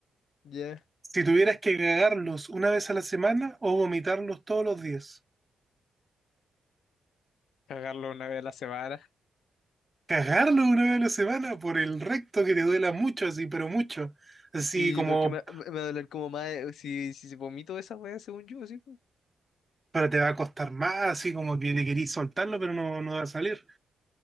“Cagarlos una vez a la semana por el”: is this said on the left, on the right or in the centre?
Right